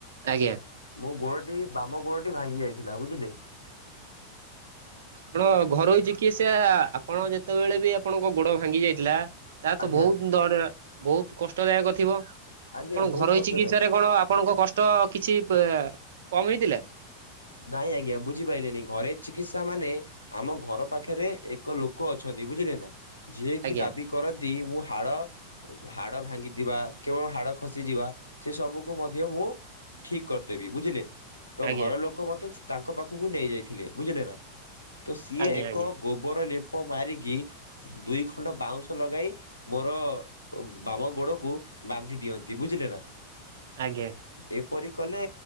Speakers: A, on the right; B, on the left.
A: ଆଜ୍ଞା।
B: ମୋ ଗୋଡ଼ଟି ବାମ ଗୋଡ଼ଟି ଭାଙ୍ଗି ଯାଇଥିଲା ବୁଝିଲେ?
A: ଆପଣ ଘରୋଇ ଚିକିତ୍ସା ଆପଣ ଯେତେବେଳେ ବି ଆପଣଙ୍କ ଗୋଡ଼ ଭାଙ୍ଗି ଯାଇଥିଲା ତା ତ
B: ଆଜ୍ଞା
A: ବହୁତ ଦଡ ବହୁତ କଷ୍ଟଦାୟକ ଥିବ?
B: ଆଜ୍ଞା
A: ଆପଣ
B: ବହୁତ
A: ଘରୋଇ
B: କଷ୍ଟଦାୟୀ।
A: ଚିକିତ୍ସ ରେ କଣ ଆପଣଙ୍କ କଷ୍ଟ କିଛି କମ ହେଇଥିଲା?
B: ନାଇଁ ଆଜ୍ଞା ବୁଝିପାଇଲେନି ଘରୋଇ ଚିକିତ୍ସା ମାନେ ଆମ ଘର ପାଖରେ ଏକ ଲୋକ ଅଛନ୍ତି। ବୁଝିଲେ ନା ଯିଏ
A: ଆଜ୍ଞା
B: କି ଦାବି କରନ୍ତି ମୁଁ ହାଡ଼ ହାଡ଼ ଭାଙ୍ଗିଥିବା କେବଳ ହାଡ଼ ଖସିଯିବା ସେ ସବୁକୁ ମଧ୍ୟ ମୁଁ ଠିକ କରିଦେବି ବୁଝିଲେ? ତ
A: ଆଜ୍ଞା
B: ଘର ଲୋକ ମତେ ତାଙ୍କ ପାଖକୁ ନେଇ ଯାଇଥିଲେ ବୁଝିଲେ ନା? ତ ସିଏ
A: ଆଜ୍ଞା
B: ଏକ
A: ଆଜ୍ଞା
B: ଗୋବର ଲେପ ପ ମାରିକି ଦୁଇ ଖଣ୍ଡ ବାଉଁଶ ଲଗାଇ ମୋର ବାମ ଗୋଡ଼କୁ ବାନ୍ଧି ଦିଅନ୍ତି ବୁଝିଲେ ନା
A: ଆଜ୍ଞା
B: ଏପରି କଲେ